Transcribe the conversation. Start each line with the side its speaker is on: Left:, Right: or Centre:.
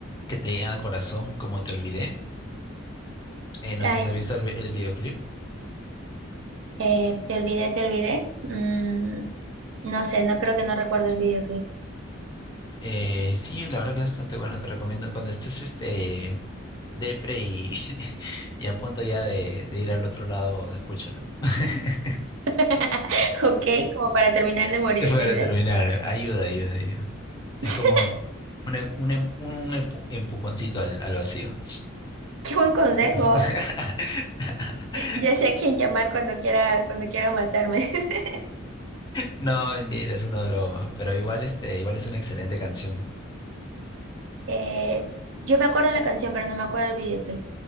Left: que te llegan al corazón, como Te Olvidé. Eh, no
Right: Ay,
Left: sé si
Right: sí,
Left: has visto el, vi- el videoclip.
Right: eh, te olvidé, te olvidé. Mm, no sé, no creo que no recuerdo el videoclip.
Left: Eh, sí, la verdad que es bastante bueno, te recomiendo. Cuando estés este, depre y, <laughs> y a punto ya de, de ir al otro lado, escúchalo. <laughs>
Right: <laughs> Ok, como para terminar de morir,
Left: Para
Right: dices.
Left: terminar, ayuda, ayuda, ayuda. Es
Right: <laughs>
Left: como un, em- un em- un empu- empujoncito al, al vacío.
Right: Qué buen consejo.
Left: <laughs>
Right: Ya sé a quién llamar cuando quiera, cuando quiera matarme. <laughs>
Left: No, mentira, es una broma, pero igual este, igual es una excelente canción.
Right: Eh, yo me acuerdo la canción, pero no me acuerdo el videoclip.